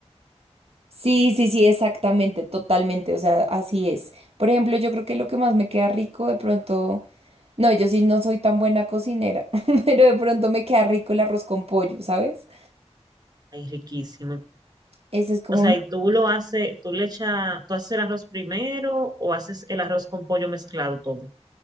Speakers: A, on the right; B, on the right.
A: Sí, sí, sí, exactamente, totalmente. O sea, así es. Por ejemplo, yo creo que lo que más me queda rico de pronto. No, yo sí no soy tan buena cocinera, <laughs> pero de pronto me queda rico el arroz con pollo, ¿sabes?
B: Ay, riquísimo.
A: Ese es como,
B: O sea, y tú lo haces, tú le echas, tú haces el arroz primero o haces el arroz con pollo mezclado todo.